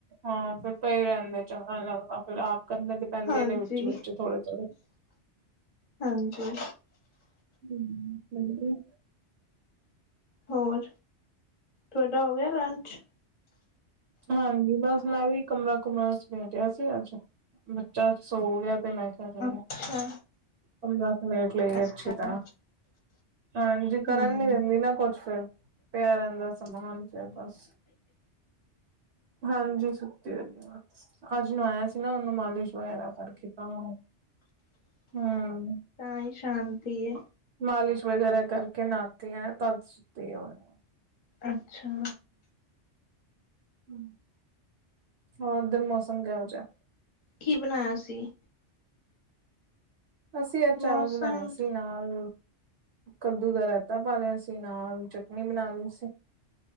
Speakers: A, on the right; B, on the left.
A: ਹਾਂ ਫੇਰ ਪਏ ਰਹਿੰਦੇ ਚੰਗਾ ਨੀ ਲੱਗਦਾ ਫੇਰ ਆਪ ਕਰਨੇ ਪੈਂਦੇ
B: ਹਾਂਜੀ,
A: ਨੇ ਵਿੱਚੋਂ ਵਿੱਚੋਂ ਥੋੜੇ ਥੋੜੇ।
B: ਹਾਂਜੀ
A: ਹਮ-ਹਮ
B: ਹੋਰ ਤਾਡਾ ਹੋ ਗਿਆ ਲੰਚ?
A: ਹਾਂਜੀ ਬਸ ਮੈਂ ਵੀ ਕਮਰਾ ਕੁਮਰਾ ਸਮੇਟਿਆ ਸੀ ਅੱਜ ਬੱਚਾ ਸੋ ਗਿਆ ਪੈ ਨਾਸ਼ਤਾ ਕਰ
B: ਅੱਛਾ,
A: ਲਓ ਕਮਰਾ ਸਮੇਟ ਲਈਏ
B: ਅੱਛਾ
A: ਅੱਛੀ ਤਰਾਂ। ਹਾਂਜੀ ਕਰਨ
B: ਹੂੰ।
A: ਨੀ ਦੈਂਦੀ ਨਾ ਕੁਛ ਫੇਰ, ਪਿਆ ਰਹਿੰਦਾ ਸਮਾਨ ਫੇਰ ਬਸ। ਹਾਂਜੀ ਸੁਤੀ ਹੋਈ ਏ ਬਸ ਅੱਜ ਨਹਵਾਇਆ ਸੀ। ਨਾ ਉਹਨੂੰ ਮਾਲਿਸ਼ ਵਗੈਰਾ ਕਰਕੇ ਤਾਂ ਹੁਨ, ਹੂੰ।
B: ਤਾਂ ਹੀ ਸ਼ਾਂਤੀ ਐ।
A: ਮਾਲਿਸ਼ ਵਗੈਰਾ ਕਰਕੇ ਨਹਾਤੀ ਆ ਤੱਦ ਸੁੱਤੀ ਏ ਹੁਣੇ।
B: ਅੱਛਾ।
A: ਹੂੰ ਹੋਰ ਉਧਰ ਮੌਸਮ ਕੇਵੇ ਜੇਹਾ?
B: ਹੀ ਬਣਾਇਆ ਸੀ?
A: ਅਸੀਂ ਅੱਜ
B: ਮੌਸਮ
A: ਚਾਵਲ ਬਣਾਏ ਸੀ ਨਾਲ ਕੱਦੂ ਦਾ ਰਾਇਤਾ ਪਾ ਲਿਆ ਸੀ ਨਾਲ, ਚਟਨੀ ਬਣਾ ਲਈ ਸੀ।